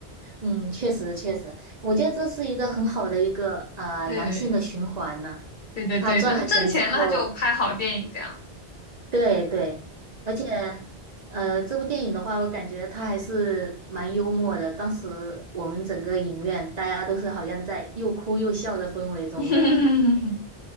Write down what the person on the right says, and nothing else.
嗯，确实确实，我觉得这是一个很好的一个呃良性的循环呢、
他赚了钱之后，
对对，而且，呃，这部电影的话，我感觉它还是蛮幽默的。当时我们整个影院大家都是好像在又哭又笑的氛围中的。
<laughs>